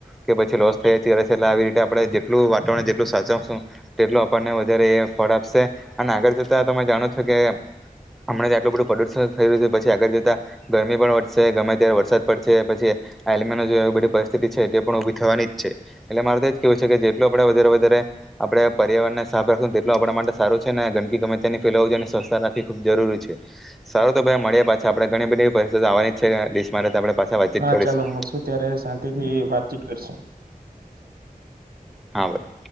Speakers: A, in the centre; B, on the right (about 90°).
A: કે પછી લોસ થયાશે એટલે આવી રીતે આપણે જેટલું વાતાવરણ જેટલું સાચવશું તેટલું આપણને વધારે ફળ આપશે અને આગળ જતાં તમે જાણો છો કે હમણા ત્યા આટલું બધું પ્રદુષણ થઈ રહ્યું છે પછી આગળ જતા ગરમી પણ વધશે ગમે ત્યારે વરસાદ પડશે પછી આલમન બધી પરિસ્થિતિ છે એ પણ ઉભી થવાની જ છે એટલે મારે તો જ કેવું છે કે જેટલું આપણેે વધારે વધારે આપણે પર્યાવરણને સાફ રાખું તેટલુ આપણા માટે સારું છે ને ગંદકી ગમે ત્યાં ની ફેલાવું જોઈ અને સ્વસ્છ રાખી ખૂબ જરૂરી છે. સારું તો ભાઈ મળીએ પાછા આડણે ઘણી બધી એવી પરિસ્થિતિ આવવાની જ છે દેશમાં આપણે પાછા વાતચીત
B: હા
A: કરીશું
B: ચાલો મળશું ત્યારે શાંતિથી વાતચીત કરશું.
A: હા ભાઈ.